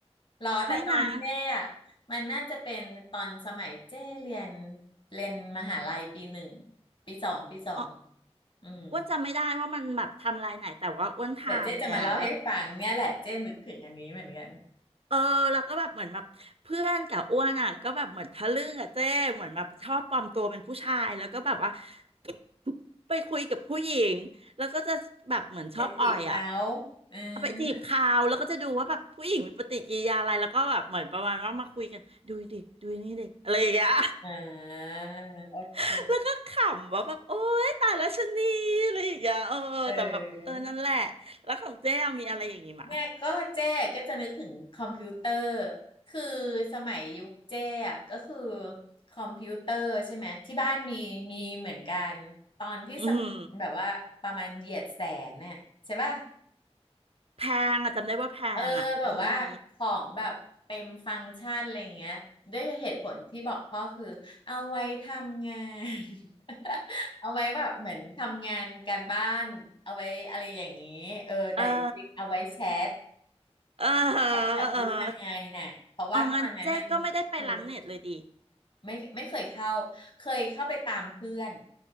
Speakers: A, on the left; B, on the right.
A: หรอแต่ตอนเจ้อะมันน่าจะเป็นตอนสมัยเจ้เรียน
B: ไม่นะ
A: เรียนมหาลัยปีหนึ่งปีสองปีสอง
B: อ๋อ
A: อืม
B: อ้วนจำไม่ได้ว่ามันแบบทำลายไหนแต่ว่าอ้วนทานเนี่ยแล้ว
A: เดี๋ยวเจ้จะมาเล่าให้ฟังเนี่ยแหละเจ้นึกถึงอันนี้เหมือนกัน
B: เออแล้วก็แบบเหมือนแบบเพื่อนกับอ้วนอ่ะก็แบบเหมือนทะลึ่งอ่ะเจ้เหมือนแบบชอบปลอมตัวเป็นผู้ชายแล้วก็แบบว่า <coughs> ไปคุยกับผู้หญิงแล้วก็จะแบบเหมือนชอบอ่อยอ่ะ
A: ไปจีบเขาอืม
B: เอาไปจีบเขาแล้วก็จะดูว่าแบบผู้หญิงมีปฏิกิริยาอะไรแล้วก็แบบเหมือนประมาณว่ามาคุยกันดูดิดูนี่ดิอะไรอย่างเงี้ย
A: อ่าโอเค
B: <laughs> แล้วก็ขำว่าแบบโอ๊ยตายแล้วชะนีอะไรอย่างเงี้ยเออแต่แบบเออนั่นแหละ
A: เออ
B: แล้วของเจ้มีอะไรอย่างงี้มะ
A: เนี่ยก็เจ๊ก็จะนึกถึงคอมพิวเตอร์คือสมัยยุคเจ๊อะก็คือคอมพิวเตอร์ใช่ไหมที่บ้านมีมีเหมือนกันตอนที่สมัยแบบว่าประมาณเหยียดแสนเนี่ยใช่ป่ะ
B: อืมแพงอะจำได้ว่าแพงอ่ะอืม
A: เออแบบว่าของแบบเต็มฟังก์ชันอะไรเงี้ยด้วยเหตุผลที่บอกพ่อคือเอาไว้ทำงาน <laughs> เอาไว้แบบเหมือนทำงานการบ้านเอาไว้อะไรอย่างนี้เออแต่จริงๆเอาไว้แชท
B: อ่าอ่าฮะอ่าฮะ
A: แชทกับผู้ชายน่ะเพราะว่าตอนนั้นน่ะมันเพิร์ช
B: อ๋องั้นเจ๊ก็ไม่ได้ไปร้านเน็ตเลยดิ
A: ไม่ไม่เคยเข้าเคยเข้าไปตามเพื่อน